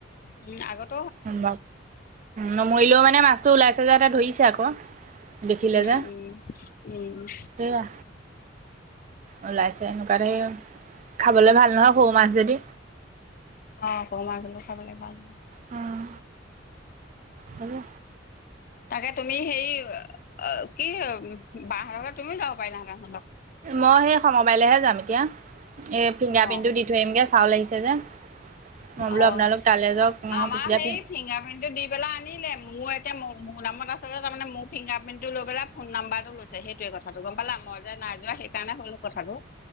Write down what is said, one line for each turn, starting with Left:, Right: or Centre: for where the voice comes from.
Left: উম, আগত
Right: উম, নমৰিলেও মানে মাছটো ওলাইছে যে, সিহঁতে ধৰিছে আকৌ। দেখিলে
Left: উম
Right: যে
Left: উম, উম উম।
Right: সেয়া ওলাইছে সনো হেই, খাবলৈ ভাল নহয় সৌ মাছ যদি
Left: অ পমা জলক খাবলে ভাল।
Right: উম। হেলো
Left: তাকে তুমি হেৰি, অ' কি বাহঁতৰ ঘৰলে তুমিও যাব পাৰিলাহেঁতেন।
Right: মই সেই সমবায়লৈহে যাম এতিয়া। এই ফিংগাৰপ্ৰিণ্টটো
Left: অ
Right: দি থৈ আহিমগৈ, চাউল আহিছে যে। মই বোলো
Left: অ',
Right: আপোনালোক তালৈ যাওক
Left: আমাৰ
Right: তেতিয়া
Left: হেৰি
Right: ফিং
Left: ফিংগাৰপ্ৰিন্টটো দি পেলাই আনিলে, মুনুৰ এতিয়া মোৰ নামত আছে যে, তাৰমানে মোৰ ফিংগাৰপ্ৰিন্টটো লৈ পেলাই ফোন নাম্বাৰটো লৈছে, সেইটোৱে কথাটো গম পালা, মই যে নাই যোৱা। সেইকাৰণে ক'লো কথাটো,